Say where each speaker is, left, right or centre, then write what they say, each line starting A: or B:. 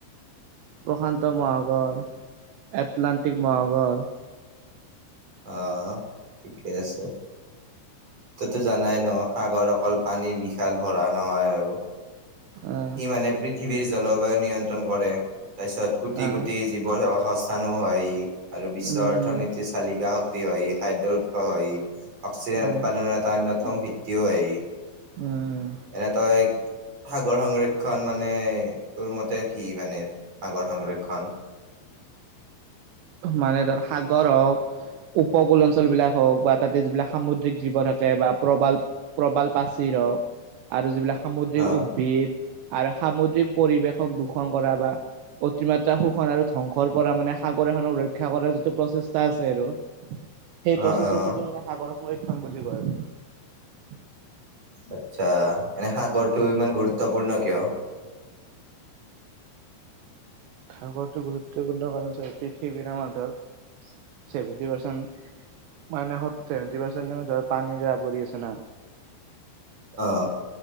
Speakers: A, on the right; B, on the right.
A: প্ৰশান্ত মহাসাগৰ এটলান্টিটিক মহাসাগৰ
B: আহ ঠিকে আছে ততো জানাই ন সাগৰ অকল পানীৰ বিশাল ভৰা নহয় আৰু
A: আহ
B: ই মানে পৃথিৱীৰ জলবায়ু নিয়ন্ত্ৰণ কৰে তাৰ পিছত কোটি
A: আহ
B: কোটি জীৱৰ- চানু হাই আৰু বিশ্বৰ
A: উম
B: অৰ্থনীতিৰ
A: উম
B: চালিকা শক্তি হয় ই খাদ্যৰ উৎস হয় ই অক্সিজেন
A: আহ
B: উৎপাদনৰ এটা অন্যতম ভিত্তিও হয় ই।
A: উম
B: এনে তই এক সাগৰ সংৰক্ষণ মানে তোৰ মতে কি মানে সাগৰ সংৰক্ষণ। <inaudible>
A: মানে ধৰ সাগৰ হওক উপকূল অঞ্চল বিলাক হওক বা তাতে যিবিলাক সামুদ্ৰিক জীৱ থাকে বা প্ৰবাল প্ৰবাল পাচীৰ হওক আৰু যিবিলাক সামুদ্ৰিক
B: অ',
A: উদ্ভিদ আৰু সামুদ্ৰিক পৰিৱেশক দূষণ কৰা বা অতিমাত্ৰা শোষণ আৰু ধ্বংসৰ পৰা মানে সাগৰ এখনক ৰক্ষা কৰ যিটো প্ৰচেষ্টা আছে আৰু সেই
B: অ',
A: প্ৰচেষ্টটো
B: অ',
A: কি মানে সাগৰ সংৰক্ষণ বুলি কয় আৰু
B: আচ্ছা এনে সাগৰটো ইমান গুৰুত্বপূৰ্ণ কিয়?
A: সাগৰটো গুৰুত্বপূৰ্ণ কাৰণ চা পৃথিৱী আমাৰ থৰ চেভেণ্টি পাৰ্চেণ্ট মানে সটি পাৰ্চেট ধৰ পানীৰে আৱৰি আছে না
B: অ